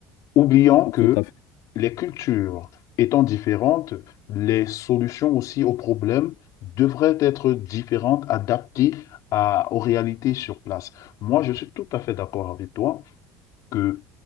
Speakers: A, on the left; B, on the left.
A: oubliant que
B: Tout à fait.
A: les cultures étant différentes, les solutions aussi aux problèmes devraient être différentes, adaptées à- aux réalités sur place. Moi, je suis tout à fait d'accord avec toi que